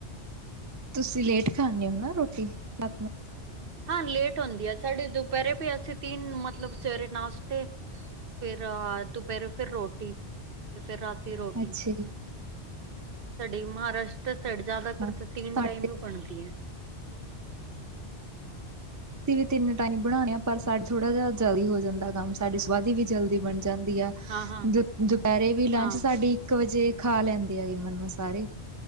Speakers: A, on the right (about 25°); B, on the right (about 55°).
A: ਤੁਸੀਂ ਲੇਟ ਖਾਂਦੇ ਹੋ ਨਾ ਰੋਟੀ ਰਾਤ ਨੂੰ।
B: ਹਾਂ ਲੇਟ ਹੁੰਦੀ ਆ, ਸਾਡੇ ਦੁਪਹਿਰੇ ਵੀ ਅਸੀਂ ਤਿੰਨ ਮਤਲਬ ਸਵੇਰੇ ਨਾਸ਼ਤੇ ਫੇਰ ਦੁਪਹਿਰੇ ਫੇਰ ਰੋਟੀ, ਤੇ ਫੇਰ ਰਾਤੀ ਰੋਟੀ।
A: ਅੱਛਾ ਜੀ
B: ਸਾਡੀ ਮਹਾਰਾਸ਼ਟਰ ਸੈਡ ਜ਼ਿਆਦਾਤਰ
A: ਹਾਂ
B: ਤੀਨ
A: ਸਾਡੇ
B: ਟਾਈਮ ਹੀ ਬਣਦੀ ਏ।
A: ਅਸੀਂ ਵੀ ਤਿੰਨ ਟਾਈਮ ਬਣਾਈ ਏ, ਪਰ ਸਾਡ ਥੋੜਾ ਜਿਹਾ ਜਲਦੀ ਹੋ ਜਾਂਦਾ ਕੰਮ, ਸਾਡੀ ਸੁਆਦੀ ਵੀ ਜਲਦੀ ਬਣ ਜਾਂਦੀ ਏ।
B: ਹਾਂ ਹਾਂ
A: ਦੁ ਦੁਪਹਿਰੇ ਵੀ ਲੰਚ
B: ਹਾਂ
A: ਸਾਡੀ ਇੱਕ ਵਜੇ ਖਾ ਲੈਂਦੇ ਹੈਗੀ ਮਨੋ ਸਾਰੇ।